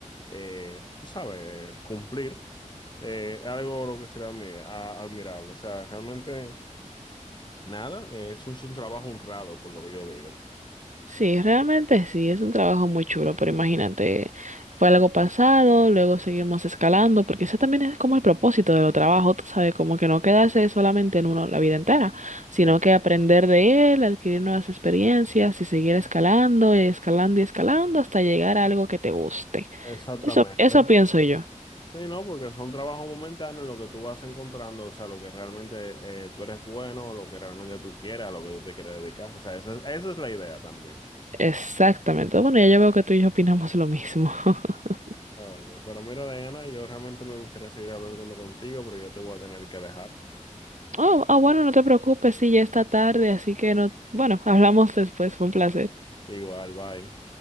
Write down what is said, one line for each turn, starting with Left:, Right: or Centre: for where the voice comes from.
Left: eh, tú sabes, cumplir, eh, algo lo que será admi- a- admirable. O sea, realmente... Nada, eh, eso es un trabajo honrado, por lo que yo digo.
Right: Sí, realmente sí, es un trabajo muy chulo, pero imagínate, fue algo pasado, luego seguimos escalando, porque ese también es como el propósito de los trabajos, tú sabes, como que no quedarse solamente en uno la vida entera, sino
Left: Este,
Right: que aprender de él, adquirir nuevas experiencias y seguir escalando y escalando y escalando hasta llegar a algo que te guste.
Left: exactamente.
Right: Eso, eso pienso yo.
Left: Sí, no, porque son trabajos momentáneos lo que tú vas encontrando, o sea, lo que realmente eh, tú eres bueno, lo que realmente tú quieres, a lo que tú te quieres dedicar. O sea, esa, es- esa es la idea también.
Right: Exactamente. Bueno, ya yo veo que tú y yo opinamos lo mismo. <laughs>
Left: Ah, ok. Pero mira, Diana, yo realmente me gustaría seguir hablando contigo, pero yo te voy a tener que dejar.
Right: Oh, ah, bueno, no te preocupes, sí, ya está tarde, así que no, bueno, hablamos después, fue un placer.
Left: Igual, bye.